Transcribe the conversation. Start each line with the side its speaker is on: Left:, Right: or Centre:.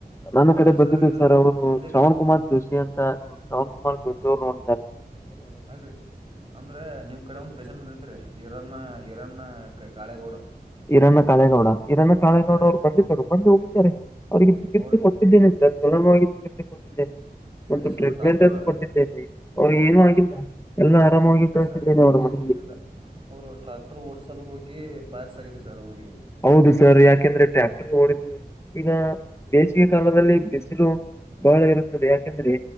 Left: ನನ್ನ ಕಡೆ
Right: ಹೆಸರು
Left: ಬಂದಿದ್ದು
Right: ಇದು
Left: ಸರ್
Right: ರೀ
Left: ಅವರು
Right: ಪುಂಡ್ಲಿಕ್
Left: ಶ್ರಾವಣ್ ಕುಮಾರ್ ಜೋಶಿ ಅಂತ ನಿಮ್ಮ ಶ್ರಾವಣ ಮ ಜೋರುೋಿ
Right: ಅಲ್ರರಿ ಅಂದ್ರ ನಿಮ್ ಕಡೆ ಒಂದ್ ಪೇೇಶೆಂಟ್ ಬಂದೇತ್ರಿ ಇರಣನ್ನ ಇರಣನ್ನ್ಣ ಕಾಳೇಗೌಡ
Left: ಇರಣ್ಣ ಕಾಳೇಗೌಡ ಇರಣ್ಣ ಕಾಳೇಗೌಡ
Right: ಹಾ ರೀ
Left: ಅವ್ರು ಬಂದಿದ್ದರು ಬಂದು ಹೋಗಿದ್ದಾರೆ ಅವ್ರರಿಗೆ ಚಿಕಿತ್ಸೆ
Right: ಅವ್ರ
Left: ಕೊಟ್ಟಿದ್ದೇನೆ ಲಮವಾಗಿ ಚಿಕಿತ್ಸೆ ಕೊಟ್ಟಿದ್ದೇನೆ ಒಂದು
Right: ಅದೇ ಸರ್
Left: ಟ್ರೀಟ್ಮೆಂಟ್
Right: ಟ್ರ್ಯಾಕ್ಟರ್
Left: ಅನ್ನು ಕೊಟ್ಟಿದ್ದೇನೆ ಅವ್ರ ಏನುೂ
Right: ಹಾಗಂತ
Left: ಆಗಿಲ್ಲ ಎಲ್ಲ ಆರಾಮಾಗಿ
Right: ಇಲ್ಲ
Left: ಕಳ್ತಿದ್ದೇನೆ
Right: ಸರ್ ಇಲ್ಲ
Left: ಅವರ ಮನೆಗೆ
Right: ಇಲ್ಲಿಲ್ಲ ಅವರು ಟ್ರ್ಯಾಕ್ಟರ್ ಓಡ್ಸಲು ಹೋಗಿ ಪಾಯಲ್ಸ್ ಆಗ ಸರ್ ಅವ
Left: ಹೌದು ಸರ್ ಯಾಕೆಂದ್ರೆ ಟ್ರ್ಯಾಕ್ಟರ್ ಓಡಿದ್ ಈಗ ಬೇಸಿಗೆ ಕಾಲದಲ್ಲಿ ಬಿಸಿಲು ಬಹಳ ಇರುತ್ತದೆ ಯಾಕೆಂದ್ರೆ